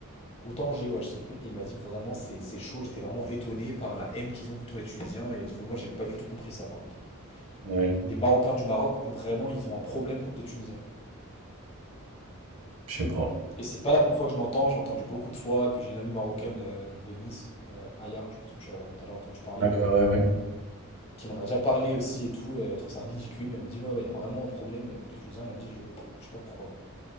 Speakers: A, on the left; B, on the right.
A: Ou Tanger, ouais, je sais plus. Et il m'a dit vraiment, c'est c'est chaud. J'étais vraiment étonné par la haine qu'ils ont contre les Tunisiens. Il a dit, mais moi, j'ai pas du tout compris ça, par contre.
B: ouais,
A: Les Marocains du Maroc, vraiment, ils ont un problème contre les Tunisiens.
B: je sais pas.
A: Et c'est pas la première fois que je l'entends, j'ai entendu beaucoup de fois, puis j'ai une amie marocaine euh, de Nice, euh, Aya, je pense que tu as, t'as déjà entendu parler,
B: Ouais, ouais, ouais.
A: qui m'en a déjà parlé aussi et tout, elle trouve ça ridicule, mais elle m'a dit ouais ouais, il y a vraiment un problème euh, côté tunisien, et elle a dit je, je sais pas pourquoi.